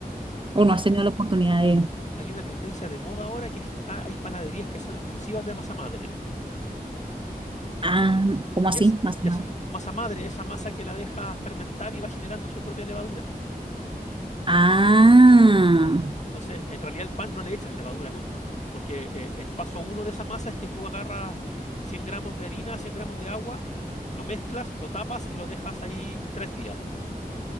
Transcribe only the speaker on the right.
o no has tenido la oportunidad de,
ah, ¿cómo
así?
Más
o
menos.
Ah.